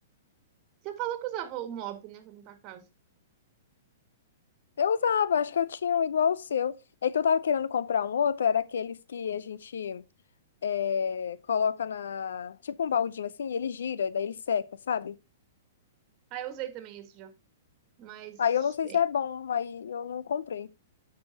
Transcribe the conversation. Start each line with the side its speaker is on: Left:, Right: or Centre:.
Right: Você falou que usava o mop, né, pra limpar a casa.
Left: Eu usava, acho que eu tinha um igual o seu. É que eu tava querendo comprar um outro, era aqueles que a gente é, coloca na, tipo um baldinho assim, e ele gira, e daí ele seca, sabe?
Right: Ah, eu usei também esse já. Mas,
Left: Aí eu não sei
Right: é,
Left: se é bom, aí eu não comprei.